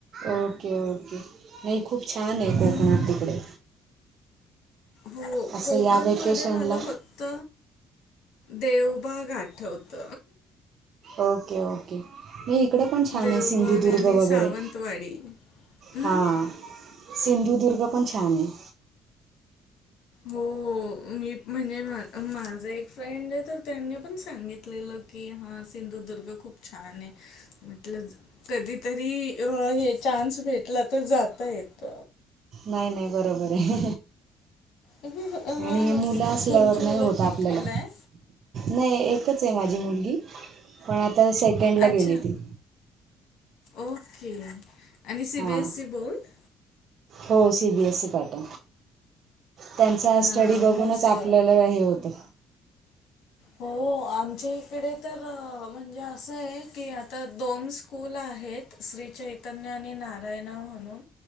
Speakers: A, on the right; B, on the left.
A: ओके ओके नाही खूप छान आहे कोकणात
B: हम्म.
A: तिकडे
B: हो
A: असं
B: कोकण
A: या वेकेशनला
B: मध्ये मला फक्त देवबाग आठवत
A: ओके ओके नाही इकडे पण छान
B: देवबाग
A: आहे सिंधुदुर्ग
B: आणि सावंतवाडी
A: वगैरे
B: हम्म?
A: हां सिंधुदुर्ग पण छान आहे
B: हो मी म्हणजे माझा एक फ्रेंड आहे तर त्यांनी पण सांगितलेलं कि हा सिंधुदुर्ग खूप छान आहे म्हटलं कधीतरी हे चान्स भेटला तर जात येत
A: नाही नाही बरोबर आहे
B: हां
A: आणि हे मुलं असल्यावर
B: तुमची मुलं
A: नाही होत
B: कितवीला
A: आपल्याला
B: आहे?
A: नाही एकच आहे माझी मुलगी पण आता सेकंडला
B: अच्छा
A: गेली ती
B: ओके आणि सी
A: हां
B: बी एसई बोर्ड
A: हो सीबीएसई पाठ त्यांचा
B: हां
A: स्टडी बघूनच
B: मस्त
A: आपल्याला हे होतं
B: हो आमच्या इकडे तर म्हणजे असं आहे की आता दोन स्कूल आहेत श्रीचैत चतज्ञ आणि नारायणा म्हणून